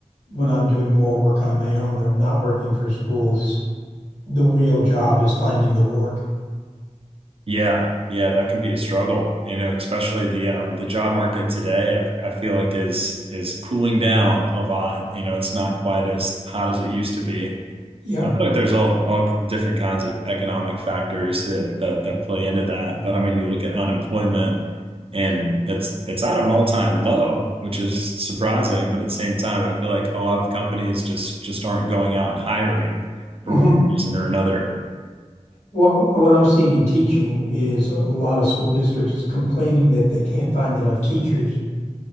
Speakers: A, on the left (about 65°); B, on the right (about 50°).
A: when I'm doing more work on my own and I'm not working for schools, the real job is finding the work.
B: yeah, yeah. That can be a struggle, you know, especially the um, the job market today. I, I feel like is is cooling down a lot. You know, it's not quite as hot as it used to be.
A: Yep.
B: I feel like there's all, all different kinds of economic factors that, that that play into that. But I mean, you look at unemployment and it's it's at an all-time low, which is surprising. But at the same time, I feel like a lot of companies just just aren't going out and hiring for
A: hmm
B: one reason or another.
A: Well, what I'm seeing in teaching is a lot of school districts complaining that they can't find enough teachers,